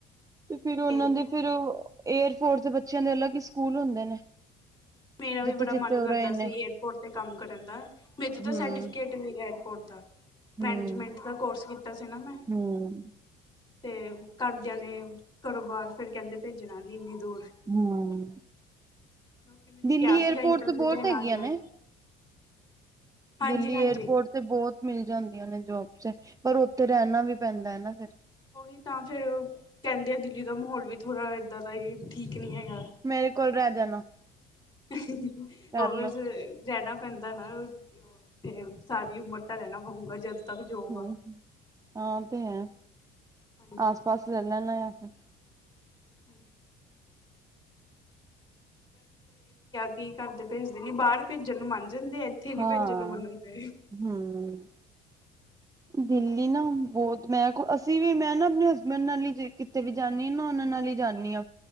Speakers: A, on the right; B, on the left.
A: ਤੇ ਫਿਰ ਉਹਨਾਂ
B: ਏਅਰਪੋਰਟ
A: ਦੇ ਫਿਰ ਏਅਫੋਰਸ ਦੇ ਬੱਚਿਆਂ ਦੇ ਅਲਗ ਹੀ ਸਕੂਲ ਹੁੰਦੇ ਨੇ
B: ਮੇਰਾ ਵੀ
A: ਜਿੱਥੇ
B: ਬੜਾ
A: ਜਿੱਥੇ
B: ਮਨ
A: ਉਹ
B: ਕਰਦਾ
A: ਰਹੇ ਨੇ
B: ਸੀ ਏਅਰਪੋਰਟ ਤੇ ਕੰਮ ਕਰਨ ਦਾ ਵਿਚ ਤਾਂ
A: ਹੂੰ
B: ਸੈਟੀਫੀਕੇਟ ਪੋਰਟ ਦਾ
A: ਹੂੰ
B: ਮੈਨਜਮੈਂਟ ਦਾ ਕੋਰਸ ਕੀਤਾ ਸੀ ਨਾ ਮੈਂ
A: ਹੂੰ।
B: ਤੇ ਘਰਦਿਆਂ ਨੇ ਘਰੋ ਬਾਹਾਰ ਫੇਰ ਕਹਿੰਦੇ ਭੇਜਨਾ ਨੀ ਇੰਨੀ ਦੂਰ।
A: ਹਮ
B: ਲੋਕੀ ਮੈਨੂੰ
A: ਦਿੱਲੀ
B: ਕਿਹਾ
A: ਏਅਰਪੋਰਟ
B: ਸੀਗਾ ਇੰਟਰਵਿਊ
A: ਤੋਂ ਬਹੋਤ
B: ਦੇਣ
A: ਹੈਗੀਆਂ
B: ਆ ਜਾਓ
A: ਨੇ
B: ਹਾਂਜੀ
A: ਦਿੱਲੀ
B: ਹਾਂਜੀ
A: ਏਅਰਪੋਰਟ ਤੇ ਬਹੋਤ ਮਿਲ ਜਾਂਦੀਆਂ ਨੇ ਜੋਬਸ ਪਰ ਉੱਥੇ ਰੈਹਨਾ ਵੀ ਪੈਂਦਾ ਏ ਨਾ ਫਿਰ
B: ਉਹੀ ਤਾਂ ਫੇਰ ਕਹਿਦੇ ਆ ਦਿੱਲੀ ਦਾ ਮਾਹੌਲ ਵੀ ਥੋੜਾ ਏਦਾਂ ਦਾ ਹੀ ਠੀਕ ਨੀ ਹੈਗਾ
A: ਮੇਰੇ ਕੋਲ ਰਹਿ ਜਾਣਾ
B: <unintelligible>
A: ਕਰ
B: ਰਹਿਨਾ
A: ਲਓ
B: ਪੈਂਦਾ ਨਾ ਉੱਥੇ ਸਾਰੀ ਉਮਰ ਤਾਂ ਰਹਿਨਾ ਪਊਂਗਾ ਜਦ ਤੱਕ ਜੋਬ
A: ਹਮ
B: ਆ
A: ਹਾਂ ਤੇ ਹੈ
B: ਹਾਂਜੀ ਹਾਂਜੀ
A: ਆਸ ਪਾਸ ਲੈ ਲਨਾ ਫੇਰ।
B: <unintelligible> ਕੀ ਘਰਦੇ ਭੇਜਦੇ ਨੀ ਬਾਹਰ ਭੇਜਨ ਨੂੰ ਮੰਨ ਜਾਂਦੇ ਇੱਥੇ ਆ ਨੀ
A: ਹਾਂ
B: ਭੇਜਣ ਨੂੰ ਮੰਨਦੇ।
A: ਹਮ
B: <inaudible>
A: ਦਿੱਲੀ ਨਾ ਬਹੋਤ ਮੈਂ ਕੋ ਅਸੀਂ ਵੀ ਮੈਂ ਨਾ ਆਪਨੇ ਹਸਬੈਂਡ ਨਾਲ ਹੀ ਜੇ ਕਿਤੇ ਵੀ ਜਾਨੀ ਹ ਨਾ ਉਹਨਾਂ ਨਾਲ ਹੀ ਜਾਨੀ ਹਾਂ